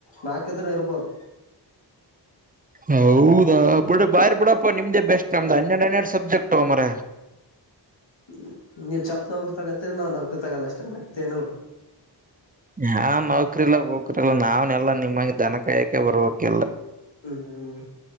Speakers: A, on the left; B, on the right.
A: ನಾಲ್ಕಿದ್ರೆ ಇರ್ಬೋದು
B: ಹೌದಾ ಬಿ ಬ ಬಿಡಪ್ಪ ನಿಮ್ದೇ ಬೆಸ್ಟ್ ನಮ್ದ್ ಹನ್ನೆರಡ್ ಹನ್ನೆರಡು ಸಬ್ಜೆಕ್ಟ್ ಮಾರಾಯ
A: <inaudible> ಹ್ಮ್ ನೀವು ಚಂಪ ನವರು ತಗತ್ರ ನಾವು ನವಕ್ರ ತಗಲ್ಲ ಅಷ್ಟ ಮತ್ತೆ ಏನಲ್ಲ
B: ಯಾವ ನೌಕರಿಲ್ಲ ಹೋಗ್ರಲ್ಲ ನಾವನೆ ಎಲ್ಲಾ ನಿಮ್ಮಂಗ ದನ ಕಾಯಕೆ ಬರ್ಕಲ್ಲ
A: ಹ್ಮ್ ಹ್ಮ